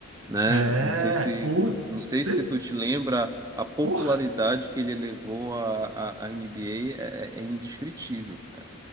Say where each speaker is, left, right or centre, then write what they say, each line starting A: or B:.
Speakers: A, on the right; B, on the right.
A: né?
B: É,
A: Não sei se,
B: puta,
A: não sei
B: você,
A: se tu te lembra a popularidade
B: porra.
A: que ele levou à à- à NBA é, é indescritível, cara.